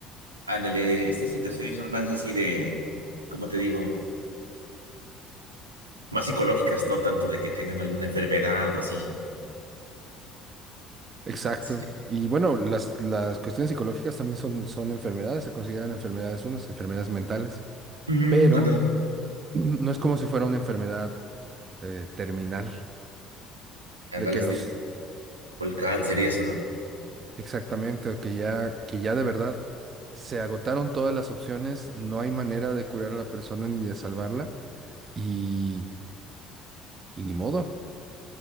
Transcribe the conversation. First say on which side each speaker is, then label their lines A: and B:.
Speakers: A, on the right; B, on the right.
A: Ándale, estas situaciones son más así de, ¿cómo te digo? más psicológicas, no tanto de que tengan alguna enfermedad o así.
B: Exacto.
A: Sí.
B: Y bueno, las, las cuestiones psicológicas también son, son enfermedades, se consideran enfermedades unas, enfermedades mentales,
A: Mm,
B: pero
A: ándale,
B: <clears throat> no es como si fuera una enfermedad eh, terminal,
A: ándale,
B: de que
A: así,
B: los,
A: o el cáncer y eso, ¿no?
B: exactamente, o que ya, que ya de verdad se agotaron todas las opciones, no hay manera de curar a la persona ni de salvarla, y, y ni modo.